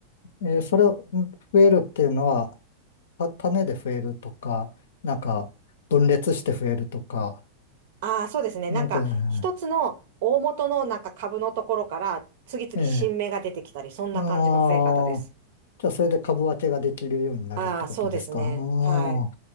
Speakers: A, on the left; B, on the right.
A: えーそれをん増えるっていうのは、た種で増えるとか、なんか、分裂して増えるとか、
B: ああ、そうですね。
A: なんか、
B: なんか、一つの大元のなんか株のところから、次々新芽が出てきたり、
A: え
B: そんな感じの増え方です。
A: ー、ああー、じゃあそれで株分けができるようになるってことですかああ、
B: ああ、そうですね。はい。